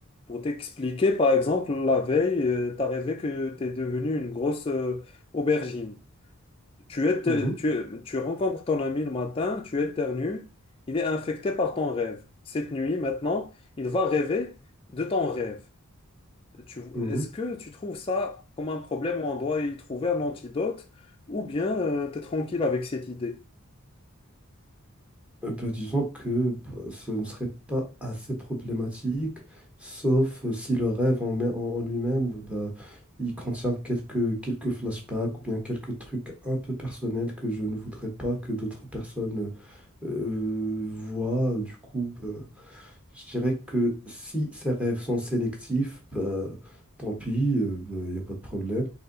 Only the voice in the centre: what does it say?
Mhm,
mhm.
Euh, ben, disons que bah, ce ne serait pas assez problématique, sauf euh, si le rêve en, mai- en- en lui-même, bah, il contient quelques, quelques flashbacks ou bien quelques trucs un peu personnels que je ne voudrais pas que d'autres personnes euh, voient. Du coup, bah, je dirais que si ces rêves sont sélectifs, bah, tant pis, euh, bah, il n'y a pas de problème.